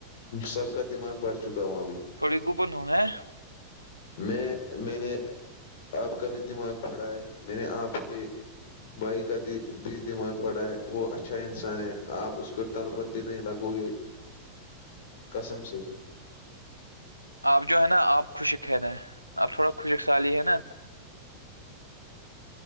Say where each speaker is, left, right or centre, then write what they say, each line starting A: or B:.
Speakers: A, on the left; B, on the right.
A: سب کا دماغ پڑھ چکا ہوں ابھی
B: تھوڑی گوپن ہوں ہے
A: میں میںنے آپ کا بھی دماغ پڑا ہے میں نے آپ کے بھائی کد بھی دماغ پڑا ہے وہ اچھا انسان ہے آپ اس کو تلبت بھی نہیں لگو گے قسم سے
B: آپ جو ہے نا آپ خوشک ہے نا آپ تھوڑا خوشک سالی ہے نا
A: <inaudible>